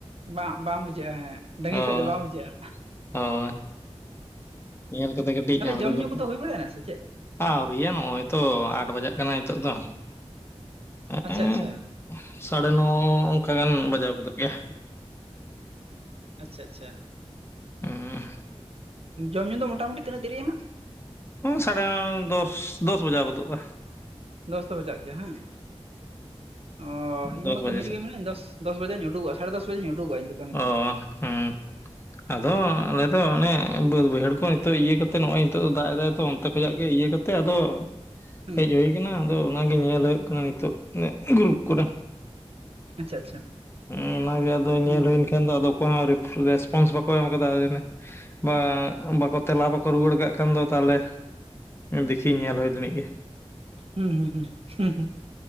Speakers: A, on the right (about 60°); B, on the left (about 20°).
A: ᱵᱟᱝ ᱵᱟᱝ ᱵᱩᱡᱷᱟᱹᱜ-ᱟ ᱦᱮᱸ ᱰᱟᱦᱤ
B: ᱦᱳᱭ
A: ᱠᱷᱚᱡ ᱫᱚ ᱵᱟᱝ ᱵᱩᱡᱷᱟᱹᱜ-ᱟ
B: ᱦᱳᱭ ᱧᱮᱞ ᱠᱟᱛᱮ ᱠᱟᱹᱴᱤᱡ ᱟᱬᱜᱩ
A: ᱡᱚᱢ ᱧᱩ
B: ᱠᱟᱛᱮ
A: ᱠᱚᱫᱚ ᱦᱩᱭ ᱵᱟᱲᱟᱭᱱᱟ ᱥᱮ ᱪᱮᱫ
B: ᱟᱣᱨᱤᱭᱟ ᱱᱚᱜᱼᱚᱭ ᱛᱚ ᱟᱴ ᱵᱟᱡᱟᱜ ᱠᱟᱱᱟ ᱱᱤᱛᱚᱜ ᱫᱚ
A: ᱟᱪᱪᱷᱟ
B: ᱦᱮᱸ
A: ᱟᱪᱪᱷᱟ
B: ᱥᱟᱲᱮ ᱱᱚ ᱚᱱᱠᱟ ᱜᱟᱱ ᱵᱟᱡᱟᱣ ᱜᱚᱫᱚᱜ ᱜᱮᱭᱟ
A: ᱟᱪᱪᱷᱟ ᱟᱪᱪᱷᱟ
B: ᱦ <unintelligible>
A: ᱩ ᱡᱚᱢ ᱧᱩ ᱫᱚ ᱢᱚᱴᱟᱢᱩᱴᱤ ᱛᱤᱱᱟᱹᱜ ᱫᱮᱨᱤᱜ-ᱟ ᱦᱟᱸᱜ
B: ᱥᱟᱲᱮ ᱫᱚᱥ ᱫᱚᱥ ᱵᱟᱡᱟᱣ ᱜᱚᱫᱚᱜ-ᱟ
A: ᱫᱚᱥ ᱫᱚ ᱵᱟᱡᱟᱜ ᱜᱮᱭᱟ ᱦᱟᱝ ᱚᱻ ᱤᱧᱢᱟ
B: ᱫᱚᱥ ᱵᱟᱡᱮ
A: ᱠᱟᱹᱢᱤ
B: ᱥᱮᱫ
A: ᱨᱮᱜᱮ ᱢᱮᱱᱟᱹᱧ ᱫᱚᱥ ᱫᱚᱥ ᱵᱟᱡᱮᱧ ᱩᱰᱩᱠᱚᱜ-ᱟ ᱥᱟᱲᱮ ᱫᱚᱥ ᱵᱟᱡᱮᱧ ᱩᱰᱩᱠᱚᱜ-ᱟ ᱤᱧᱫᱚ
B: ᱚ ᱦᱩᱸ ᱟᱫᱚ ᱟᱞᱮ
A: ᱦᱮᱸ
B: ᱫᱚ ᱚᱱᱮ ᱵᱟᱹᱫᱽ ᱵᱟᱹᱭᱦᱟᱹᱲ ᱠᱚ ᱛᱚ ᱤᱭᱟᱹ ᱠᱟᱛᱮ ᱱᱚᱜᱼᱚᱭ ᱱᱤᱛᱚᱜ ᱫᱚ ᱫᱟᱜ ᱮᱫᱟᱭ ᱛᱚ ᱚᱱᱛᱮ ᱠᱷᱚᱡᱟᱜ ᱜᱮ ᱤᱭᱟᱹ ᱠᱟᱛᱮ ᱟᱫᱚ
A: ᱦᱩᱸ
B: ᱦᱮᱡ ᱦᱩᱭ ᱦᱩᱭ ᱠᱟᱱᱟ ᱟᱫᱚ ᱚᱱᱟᱜᱮ ᱧᱮᱞ ᱦᱳᱭᱳᱜ ᱠᱟᱱᱟ ᱱᱤᱛᱚᱜ ᱜᱨᱩᱯ ᱠᱚᱨᱮ
A: ᱟᱪᱪᱷᱟ ᱟᱪᱪᱷᱟ
B: ᱚᱱᱟᱜᱮ ᱟᱫᱚ ᱧᱮᱞ
A: ᱦᱩᱸ
B: ᱦᱩᱭᱮᱱ ᱟᱫᱚ ᱚᱠᱚᱭ ᱦᱚᱸ ᱨᱮᱥᱯᱚᱱᱥ ᱵᱟᱠᱚ ᱮᱢ ᱠᱟᱫᱟ ᱵᱟ ᱵᱟᱠᱚ ᱛᱮᱞᱟ ᱵᱟᱠᱚ ᱨᱩᱣᱟᱹᱲ ᱠᱟᱜ ᱠᱷᱟᱱ ᱫᱚ ᱛᱟᱦᱞᱮ ᱫᱮᱠᱷᱤ ᱧᱮᱞ ᱦᱩᱭ ᱞᱤᱱᱤᱡ ᱜᱮ
A: ᱦᱩᱸ ᱦᱩᱸ ᱦᱩᱸ